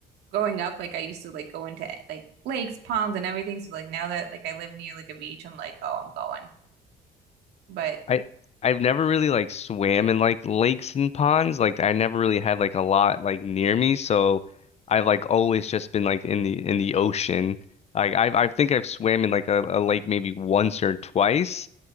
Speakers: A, on the right; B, on the left.
A: growing up, like I used to like go into like lakes, ponds, and everything. So like now that like I live near like a beach, I'm like, oh, I'm going. But
B: I I've never really like swam in like lakes and ponds. Like I never really had like a lot like near me, so I've like always just been like in the in the ocean. Like I I think I've swam in like a, a lake maybe once or twice.